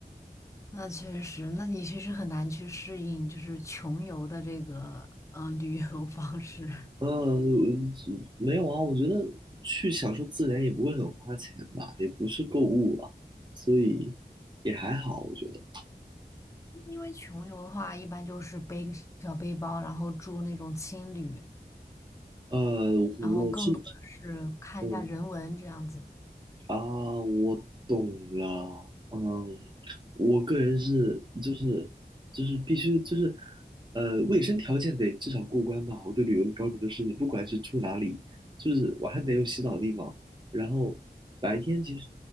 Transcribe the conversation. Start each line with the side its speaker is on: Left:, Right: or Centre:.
Left: 那确实，那你确实很难去适应，就是穷游的这个嗯、呃旅游方式。
Right: 呃，这没有啊，我觉得去享受自然也不会很花钱吧，也不是购物啊，所以也还好，我觉得。
Left: 因为穷游的话，一般就是背个小背包，然后住那种青旅，
Right: 呃，我是，
Left: 然后更多的是看一下人文这样子。
Right: 嗯。啊，我懂了。嗯，我个人是就是就是必须就是呃，卫生条件得至少过关吧。我对旅游的标准就是，你不管是住哪里，就是晚上得有洗澡的地方，然后白天其实